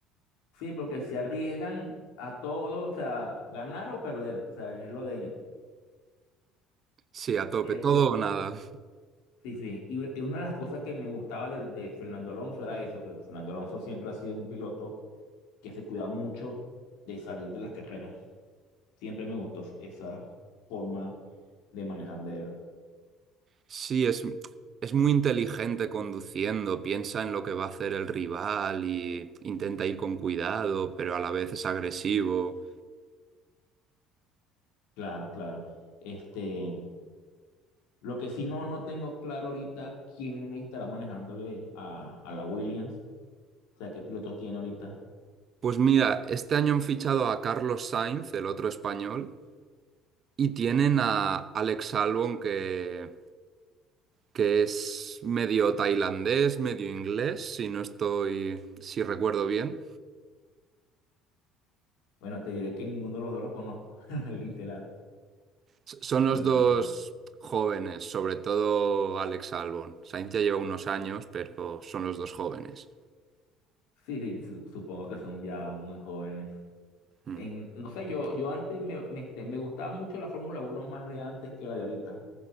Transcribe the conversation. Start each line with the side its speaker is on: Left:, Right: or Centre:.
Left: Sí, porque se arriesgan a todo, o sea, ganar o perder, o sea, es lo de ellos.
Right: Sí, a
Left: Eh,
Right: tope,
Left: eh,
Right: todo o
Left: eh,
Right: nada.
Left: sí, sí, y u- y una de las cosas que me gustaba de, de Fernando Alonso era eso, que Fernando Alonso siempre ha sido un piloto que se cuida mucho de salir de las carreras. Siempre me gustó esa forma de manejar de él.
Right: Sí, es, es muy inteligente conduciendo, piensa en lo que va a hacer el rival y intenta ir con cuidado, pero a la vez es agresivo.
Left: Claro, claro. Este, lo que sí no, no tengo claro ahorita quién estará manejándole a, a la Williams, o sea, qué pilotos tiene ahorita.
Right: Pues mira, este año han fichado a Carlos Sainz, el otro español, y tienen a Alex Albon que, que es medio tailandés, medio inglés, si no estoy, si recuerdo bien.
Left: Bueno, te diré que ninguno de los dos los conozco, <laughs> literal,
Right: S- Son
Left: la
Right: los
Left: verdad.
Right: dos jóvenes, sobre todo Alex Albon. Sainz ya lleva unos años, pero son los dos jóvenes.
Left: Sí, sí, su- supongo que son ya muy jóvenes.
Right: Mm.
Left: En, no sé, yo, yo antes me, me, este, me gustaba mucho la Fórmula Uno más de antes que la de ahorita.